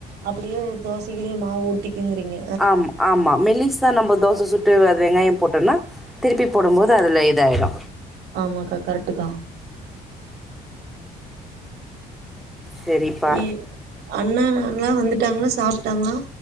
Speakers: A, on the right; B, in the centre.
A: அப்டியு தோசைகளியு மாவு ஊத்திக்குங்கிறீங்க
B: ஆம் ஆமா மெலிஸ் நம்ம தோச சுட்டு அது வெங்காயம் போட்டோம்னா திருப்பி போடும் போது அதுல இதாயிடு
A: ஆமாக்கா கரெக்டுதா
B: சரிப்பா
A: வீ அண்ணான்லா வந்துட்டாங்களா சாப்டாங்களா